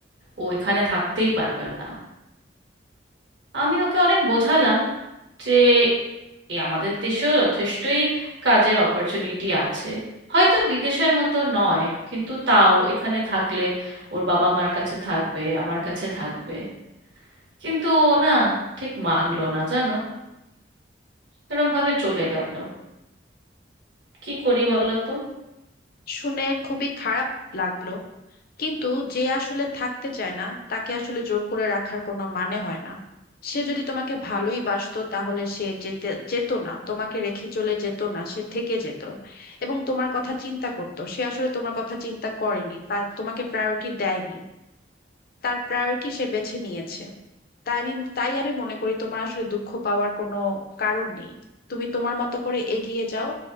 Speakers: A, on the right; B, on the left.
A: ও এখানে থাকতেই পারবে না আমি ওকে অনেক বোঝালাম যে এ আমাদের দেশেও যথেষ্টই কাজের অপরচুনিটি আছে হয়তো বিদেশের মতো নয় কিন্তু তাও এখানে থাকলে ওর বাবা মার কাছে থাকবে আমার কাছে থাকবে কিন্তু ও না ঠিক মানলো না জানো এরম ভাবে চলে গেল কি করি বলো তো
B: শুনে খুবই খারাপ লাগলো কিন্তু যে আসলে থাকতে চায় না তাকে আসলে জোর করে রাখার কোনো মানে হয় না সে যদি তোমাকে ভালোই বাসতো তাহলে সে যেতে যেত না তোমাকে রেখে চলে যেত না সে থেকে যেত এবং তোমার কথা চিন্তা করতো সে আসলে তোমার কথা চিন্তা করেনি তা তোমাকে প্রায়োরিটি দেয়নি তার প্রায়োরিটি সে বেছে নিয়েছে তাই আমি তাই আমি মনে করি তোমার আসলে দুঃখ পাওয়ার কোনো কারণ নেই তুমি তোমার মতো করে এগিয়ে যাও